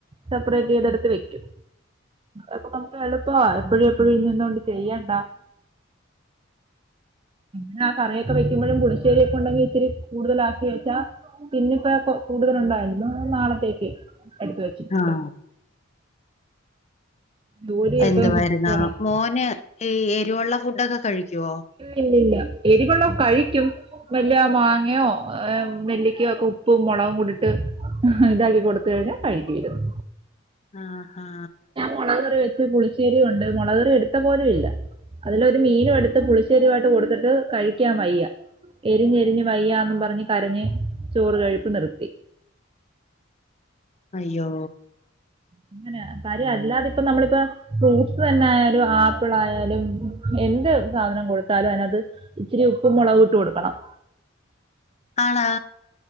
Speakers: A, on the right; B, on the left.
A: സെപ്പറേറ്റ് ചെയ്തെടുത്ത് വെക്കും അപ്പൊ നമുക്ക് എളുപ്പവ എപ്പോഴും എപ്പോഴും എന്തോണ്ട് ചെയ്യണ്ട ന്നാ ആ കറിയൊക്കെ വെക്കുമ്പോഴും പുളശ്ശേരി ഒക്കെ ഉണ്ടെങ്കിൽ ഇത്തിരി കൂടുതലാക്കി വെച്ചാ പിന്നിപ്പോ കൂടുതൽ ഉണ്ടായിരുന്നു നാളത്തേക്ക് എടുത്ത വെച്ചിട്ടുണ്ട്
B: ആഹ്
A: ജോലിയൊക്കെ
B: എന്തുവായിരുന്നോ
A: കുറയും
B: മോന് ഈ എരിവുള്ള ഫുഡൊക്കെ കഴിക്കുവോ
A: ഇല്ല ഇല്ല എരിവെള്ളോ കഴിക്കും മെല്ലിയ മാങ്ങയോ നെല്ലിക്കോ ഒക്കെ ഉപ്പും മുളകും കുട്ടിട്ട് ഇതാക്കി കൊടുത്ത കഴിഞ്ഞാൽ കഴികിയിരുന്നു
B: ആ ആ ആഹാ
A: മുളകറി വെച്ച് പുളിശ്ശേരി കൊണ്ട് മുളകറി എടുത്ത പോലും ഇല്ല അതിലൊരു മീനും എടു ത്ത് പുളിശ്ശേരിമായിട്ട് കൊടുത്തിട്ട് കഴിക്കാൻ വയ്യ എരിഞ്ഞ് എരിഞ്ഞ് വയ്യാന്ന് പറഞ്ഞ് കരഞ്ഞ് ചോറ്കഴിപ്പ് നിർത്തി
B: അയ്യോ
A: അങ്ങനെ കാര്യം അല്ലാതെ ഇപ്പൊ നമ്മളിപ്പോ ഫ്രൂട്ട്സ് തന്നെ ആയാലും ആപ്പിൾ ആയാലും എന്ത് സാധനം കൊടുത്താലും അയിന്അത് ഇത്തിരി ഉപ്പ് മുളക് ഇട്ട് കൊടുക്കണം
B: ആണോ